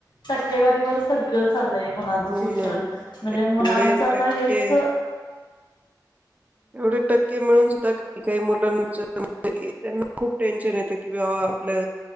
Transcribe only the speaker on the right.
हो
ना
ते
एवढे
टक्के
ऐवढे टक्क की मिळून सुद्धा काही काही मुलांच त्यांना खूप टेन्शन येतं कि बा आपल्या